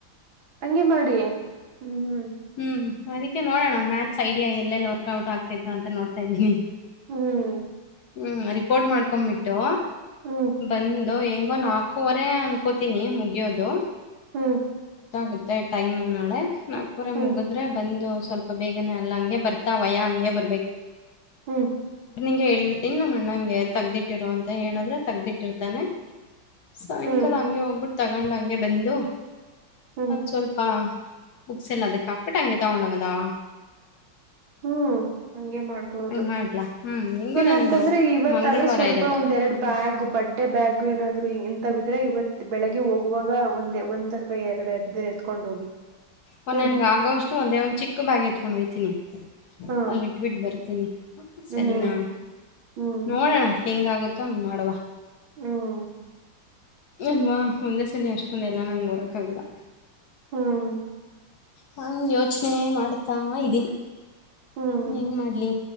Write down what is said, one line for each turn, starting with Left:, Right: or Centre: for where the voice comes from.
Right: ಹಂಗೆ ಮಾಡಿ ಹ್ಮ್ ಹ್ಮ್.
Left: ಹ್ಮ್ ಅದಕ್ಕೆ ನೋಡೋಣ ಮ್ಯಾತ್ಸ್ ಐಡಿಯಾ ಎಲ್ಲೆಲ್ಲಿ ವರ್ಕ್ಔಟ್ ಆಗ್ತಿತ್ತು ಅಂತ ನೋಡ್ತಾ ಇದ್ದೀನಿ.
Right: ಹ್ಮ್
Left: ಹ್ಮ ರಿಪೋರ್ಟ್ ಮಾಡ್ಕೊಂಡ್ ಬಿಟ್ಟು
Right: ಹ್ಮ್
Left: ಬಂದ್ ದ್ ಹೆಂಗೋ ನಾಲ್ಕೂವರೆ ಅನ್ಕೋತೀನಿ ಮುಗಿಯೋದು?
Right: ಹ್ಮ್
Left: ಮತ್ತೆ ಟೈಮ್ ನಾಳೆ ನಾಲ್ಕೂವರೆ
Right: ಹ್ಮ್
Left: ಮುಗಿದ್ರೆ ಬಂದು ಸ್ವಲ್ಪ ಬೇಗ್ ಅಲ್ಲ ಹಂಗೆ ಬರ್ತಾ ಅವಯ್ಯ ಹಂಗೆ ಬರ್ಬೇಕು
Right: ಹ್ಮ್
Left: ನಿಂಗೆ ಹೇಳಿರ್ತೀನಿ ನಮ್ಮ್ ಅಣ್ಣಾಗೆ ತಗದುಟ್ಟಿರು ಅಂತ ಹೇಳಿದ್ರೆ ತಗದಿಟ್ಟಿರ್ತಾನೆ ಸಾಯಂಕಾಲ
Right: ಹ್ಮ್
Left: ಹಂಗೆ ಹೋಗ್ಬಿಟ್ಟ ತಗೊಂಡ ಹಂಗೆ ಬಂದು
Right: ಹ್ಮ್
Left: ಸ್ವಲ್ಪ ಬುಕ್ಸ್ ಎಲ್ಲಾ ಅದಕ್ಕೆ ಹಾಕ್ ಬಿಟ್ ಅಂಗೆ ತಗೊಂಡ್ ಹೋಗದಾ
Right: ಹ್ಮ್ ಅಂಗೆ ಮಾಡ್ಬೋದು
Left: ಹಂಗೆ ಮಾಡ್ಲಾ ಹ್ಞೂ ಹೆಂಗೋ
Right: ಇಲ್ಲಾಂತಂದ್ರೆ
Left: ನಂದು
Right: ಇವತ್ತಾದ್ರೂ
Left: ಮಂಗಳವಾರ
Right: ಸ್ವಲ್ಪ
Left: ಇರೋದು
Right: ಒಂದ್ ಎರಡು
Left: ಹ್ಞೂ
Right: ಬ್ಯಾಗ್ ಬಟ್ಟೆ ಬ್ಯಾಗ್ ಏನಾದ್ರೂ ಇಂತವಿದ್ರೆ ಇವತ್ ಬೆಳಿಗ್ಗೆ ಹೋಗುವಾಗ ಒಂದ ಒಂದ್ ಅಥವಾ ಎರಡು ಅದಿದ್ರೆ ಎತ್ಕೊಂಡ್ ಹೋಗಿ
Left: ಓ
Right: ಹೋಗ್ಬ
Left: ನನಗ್ ಆಗೋಷ್ಟು ಒಂದೇ ಒಂದು ಚಿಕ್ಕ ಬ್ಯಾಗ ಎತ್ಕೊಂಡ್ ಹೋಯ್ತೀನಿ
Right: ಹಾ
Left: ಅಲ್ಲಿ ಇಟ್ಬಿಟ್ಟು ಬರ್ತೀನಿ
Right: ಹ್ಮ್
Left: ಸರಿನಾ
Right: ಹ್ಮ್
Left: ನೋಡೋಣ ಹೆಂಗ್ ಆಗುತ್ ತೋ ಅಂಗ್ ಮಾಡುವ
Right: ಹ್ಮ್
Left: ಅಲ್ವಾ ಒಂದೇ ಸಲಿ ಅಷ್ಟೊಂದ್ ಎಲ್ಲಾ ನಂಗ್ ಹೊರಕ್ ಆಗಲ್ಲ
Right: ಹ್ಮ್
Left: ಹಂಗ್ ಯೋಚನೆ ಮಾಡ್ತಾ ಇದ್ದೀನಿ.
Right: ಹ್ಮ್
Left: ಏನ್ ಮಾಡ್ಲಿ